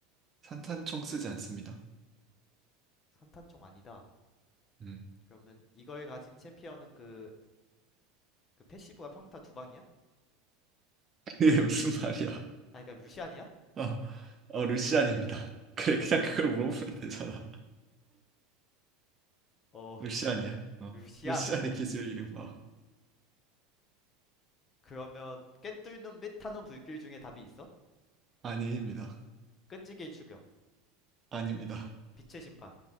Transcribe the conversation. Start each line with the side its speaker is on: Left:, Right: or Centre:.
Right: 산탄총 쓰지 않습니다.
Left: 산탄총 아니다.
Right: 음.
Left: 그러면 이걸 가진 챔피언은 그 그 패시브가 평타 두 방이야?
Right: <laughs> 그게 무슨 말이야.
Left: 아 그러니까 루시안이야?
Right: 어, 어, 루시안입니다. <laughs> 그래, 그냥 그걸 물어보면 되잖아.
Left: 어
Right: 루시안이야. 어.
Left: 루시안.
Right: 루시안의 기술 이름. 어.
Left: 그러면 깨뚫는 및 타는 불길 중에 답이 있어?
Right: 아닙니다.
Left: 끈질길 추격,
Right: 아닙니다.
Left: 빛의 심판.